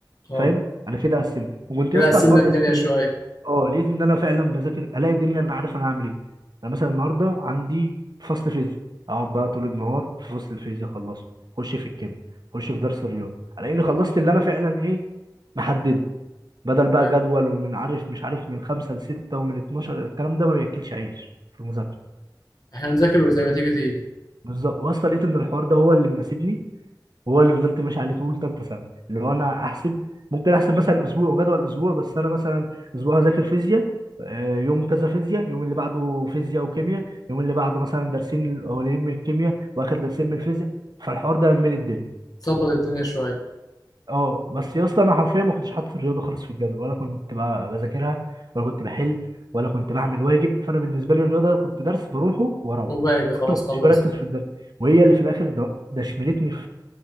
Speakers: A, on the left; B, on the right.
A: اه
B: فاهم انا كده قسمت وكنت
A: كده
B: يا اسطى
A: قسمنا
B: الحوار
A: الدنيا
B: ده لقيته
A: شويه
B: بيه اه لقيت ان انا فعلا بذاكر الاقي الدنيا انا عارف انا هعمل ايه انا مثلا النهارده عندي فصل فيزياء اقعد بقى طول النهار في فصل الفيزياء اخلصه اخش في الكيمياء اخش في درس الرياضه الاقي اني خلصت اللي انا فعلا ايه محدده بدل
A: ايوه
B: بقى جدول ومن عارف مش عارف من خمسة لستة ومن 12 الكلام ده ما بياكلش عيش في المذاكره
A: احنا نذاكر وزي ما تيجي تيجي
B: بالظبط واصلا لقيت ان الحوار ده هو اللي مناسبني وهو اللي فضلت ماشي عليه طول ثالثه سنه اللي هو انا احسب ممكن احسب مثلا اسبوع جدول اسبوع بس انا مثلا اسبوع هذاكر فيزياء آه، يوم كذا فيزياء يوم اللي بعده فيزياء وكيمياء يوم اللي بعده مثلا درسين الاولين من الكيمياء واخر درسين من الفيزياء فالحوار ده لملي الدنيا
A: ظبط الدنيا شويه
B: اه بس يا اسطى انا حرفيا ما كنتش حاطط الرياضه خالص في الجدول ولا كنت بقى بذاكرها ولا كنت بحل ولا كنت بعمل واجب فانا بالنسبه لي الرياضه كنت درس بروحه واروح
A: وباجي خلاص
B: حتى ما كنتش
A: خلصت
B: بركز في الدرس وهي اللي في الاخر د- دشملتني في